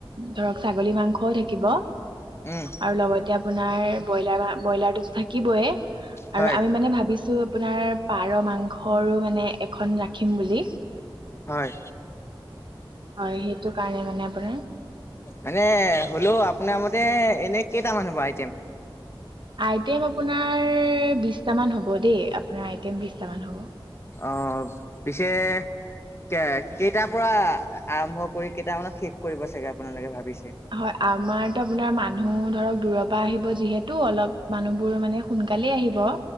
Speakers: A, on the right (about 60°); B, on the left (about 30°).
A: ধৰক ছাগলী মাংসও থাকিব।
B: উম'
A: আৰু লগতে আপোনাৰ ব্ৰইলাৰ ব্ৰইলাৰটোতো থাকিবয়ে।
B: হয়
A: আৰু আমি মানে ভাবিছো আপোনাৰ পাৰ মাংসৰো মানে এখন ৰাখিম বুলি।
B: হয়।
A: হয়, সেইটো কাৰণে মানে আপোনাৰ-
B: মানে হ'লেও আপোনাৰ মতে এনেই কেইটা মানে বা আই টেম?
A: আইটেম আপোনাৰ বিশটামান হ'ব দেই আপোনাৰ আইটেম বিছটামান হ'ব।
B: অঁ' পিছে- কে কেইটাৰ পৰা আৰম্ভ কৰি কেইটামানত শেষ কৰিব চাগে আপোনালোকে ভাবিছে?
A: হয়, আমাৰতো আপোনাৰ মানুহ ধৰক দূৰৰ পৰা আহিব যিহেতু অলপ মানুহবোৰ মানে- সোনকালেই আহিব।